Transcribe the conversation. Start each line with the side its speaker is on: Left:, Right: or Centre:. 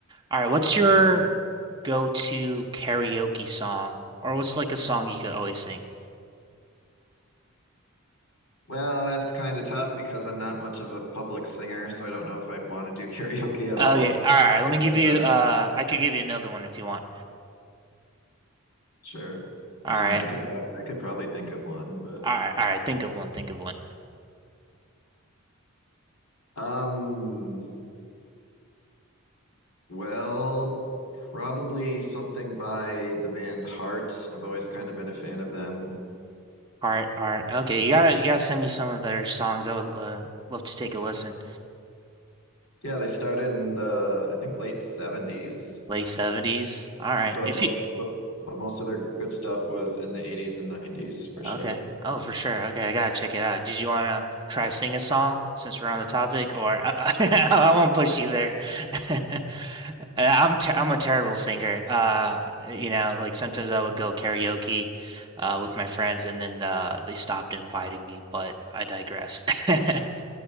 Right: All right. What's your
Left: mhm.
Right: go-to karaoke song? Or what's like a song you could always sing?
Left: Well, that's kind of tough because I'm not much of a public singer, so I don't know if I'd want to do <laughs> karaoke at
Right: Okay.
Left: all.
Right: All right. Let
Left: But
Right: me give you,
Left: uh
Right: uh, I could give you another one if you want.
Left: Sure.
Right: All
Left: I mean,
Right: right.
Left: I could pro- I could probably think of one, but
Right: All right. All right. Think of one. Think of one.
Left: um, well, probably something by the band Heart. I've always kind of been a fan of them.
Right: All right. All right. Okay. You gotta, you gotta send me some of their songs. I would, uh, love to take a listen.
Left: Yeah, they started in the I think late 70s,
Right: Late 70s. All right.
Left: but
Right: If
Left: most
Right: you
Left: but, but most of their good stuff was in the 80s and 90s for sure.
Right: okay. Oh, for sure. Okay, I gotta check it out. Did you wanna try sing a song since we're on the topic, or I, I, <laughs> I won't push you there. <laughs> I'm ter I'm a terrible singer. Uh, you know, like sometimes I would go karaoke, uh, with my friends, and then uh they stopped inviting me. But I digress. <laughs>